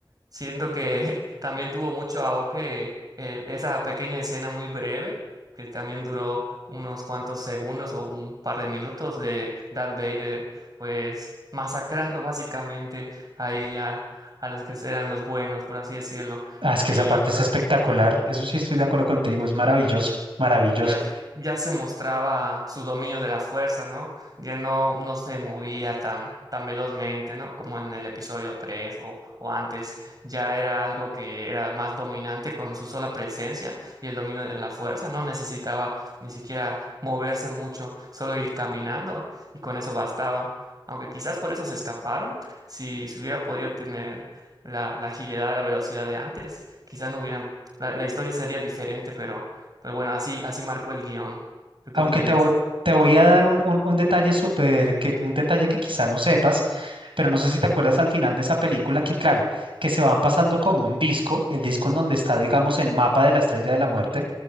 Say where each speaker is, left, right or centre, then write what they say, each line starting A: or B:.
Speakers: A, on the right; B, on the right.
A: Siento que <laughs> también tuvo mucho auge el- esa pequeña escena muy breve, que también duró unos cuantos segundos o un par de minutos de Darth Vader, pues <laughs> masacrando básicamente ahí a, a los que eran los buenos, por así decirlo.
B: Ah, es que
A: y
B: esa parte es espectacular. Eso sí estoy de acuerdo contigo. Es maravillosa, maravillosa.
A: Ya, ya se mostraba su dominio de la fuerza, ¿no? Ya no, no se movía tan, tan velozmente, ¿no? Como en el episodio 3 o, o antes. Ya era algo que era más dominante con su sola presencia y el dominio de la fuerza. No necesitaba ni siquiera moverse mucho, solo ir caminando y con eso bastaba. Aunque quizás por eso se escaparon. Si se hubiera podido tener la, la agilidad, la velocidad de antes, quizás no hubieran, la la historia sería diferente, pero... Pero bueno, así, así marcó el guión. ¿Tú
B: Aunque
A: qué opinas?
B: te voy, te voy a dar un, un- un detalle súper, que, un detalle que quizá no sepas, pero no sé si te acuerdas al final de esa película que, claro, que se van pasando como un disco, el disco en donde está, digamos, el mapa de la Estrella de la Muerte